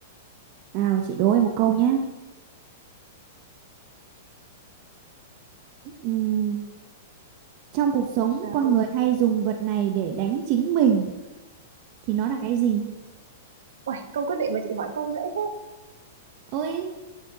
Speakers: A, on the right; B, on the right.
A: nào chị đố em một câu nhé. Ừm, trong cuộc sống
B: À,
A: con
B: câu,
A: người hay dùng vật này để đánh chính mình thì nó là cái gì?
B: ui, câu quyết định mà chị hỏi câu dễ thế.
A: Ôi,